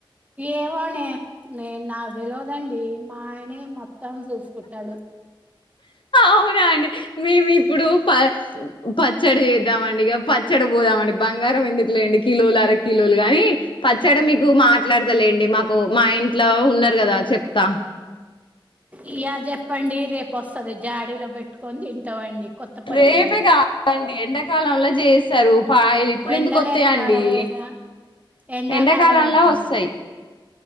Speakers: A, on the right; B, on the left.
A: ఏమోనే నే నాకు తెలవదండి మా ఆయనే మొత్తం చూసుకుంటాడు
B: అవునా అండి మేము ఇప్పుడు ప పచ్చడి చేద్దామండి ఇక పచ్చడి పోదామండి బంగారం ఎందుకు లేండి కిలోలు అర కిలోలు గాని పచ్చాడా మీకు మాట్లాడ తెలి అండి మాకు మా ఇంట్లో ఉన్నారు కదా చెప్తా
A: ఇయాల చెప్పండి రేపొస్తది జాడీలో పెట్టుకొని తింటామండి కొత్త పచ్చడి
B: రేపే కాదండి ఎండాకాలంలో చేస్తారు పాయలు ఇప్పుడు
A: ఎండలే
B: ఎందుకు వస్తాయండి
A: కాలమేగా ఎండాకాలమేనేండి
B: ఎండాకాలంలో వస్తాయి